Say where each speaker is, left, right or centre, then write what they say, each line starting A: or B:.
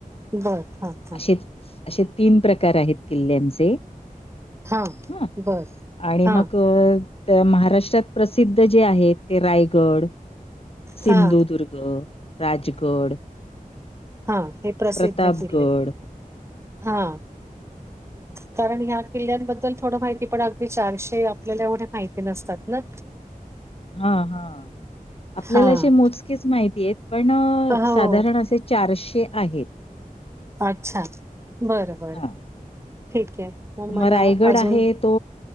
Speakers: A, on the right; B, on the left.
A: बरं हा.
B: असे असे तीन प्रकार आहेत किल्ल्याचे.
A: हां,
B: हा
A: बरं.
B: आणि
A: हां,
B: मगं. तर महाराष्ट्रात प्रसिद्ध जे आहेत ते रायगड - सिंधुदुर्ग
A: हां,
B: राजगड-
A: हा हे प्रसिद्ध
B: प्रतापगड
A: किल्ले हा. कारण ह्या किल्ल्यांबद्दल थोडं माहिती पण अगदी चारशे आपल्याला एवढे माहिती नसतात ना.
B: हा हा आपल्याला
A: हां.
B: असे मोजकेच माहिती आहेत पण साधारण
A: हो.
B: असे - चारशे आहेत.
A: अच्छा बरं बर
B: हा
A: ठीक आहे.
B: तर
A: मला
B: मग रायगड
A: अजून
B: आहे तो